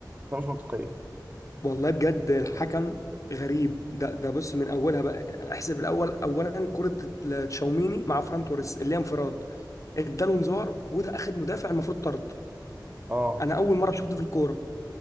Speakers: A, on the right; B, on the left.
A: ده مش منطقيه
B: والله بجد الحكم غريب ده ده بص من اولها بقى احسب الاول اولا كره ال- تشاوميني مع فران توريس اللي هي انفراد اداله انذار وده اخر مدافع المفروض طرد
A: اه
B: انا اول مره شفت في الكوره